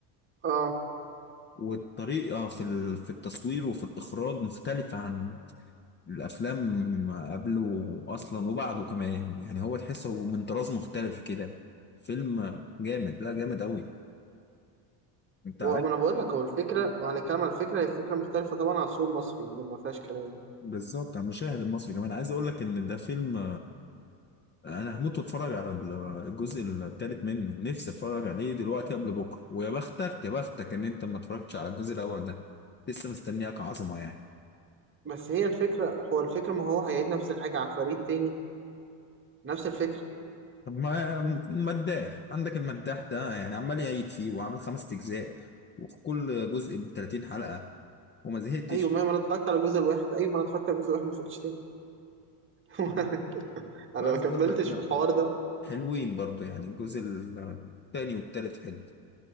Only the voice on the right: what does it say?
اه
هو
ما انا بقول لك هو الفكره لو هنتكلم على الفكره هي فكره مختلفه طبعا عن السوق المصري دي ما فيهاش كلام
بس هي الفكره هو الفكره ما هو هيعيد نفس الحاجه على فريق تاني نفس الفكره
ايوه ما ما انا اتفرجت على الجزء الواحد ايوه ما انا اتفرجت على الجزء الواحد ما اتفرجتش تاني <laughs> انا
ما كملتش
في الحوار ده